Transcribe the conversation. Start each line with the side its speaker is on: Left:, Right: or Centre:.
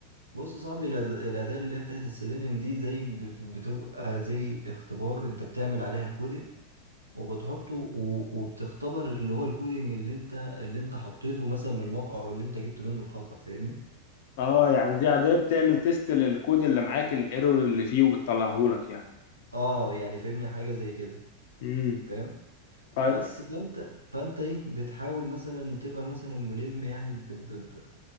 Right: بص يا صاحبي الأد- الأداة اللي هي بتاعت السيلينيوم دي زي بت- بتبقى زي اختبار انت بتعمل عليها الكودينج وبتحطه و- وبتختبر اللي هو الكودينج اللي انت اللي انت حطيته مثلا من الموقع او اللي انت جبت منه الخطأ فاهمني
Left: اه يعني دي اداة بتعمل تيست للكود اللي معاك الايرور اللي فيه وبتطلعه لك يعني
Right: اه يعني فاهمني حاجة زي كده
Left: امم
Right: فاهم
Left: طيب
Right: بس فانت فانت ايه بتحاول مثلا تبقى مثلا ملم يعني ب ب ب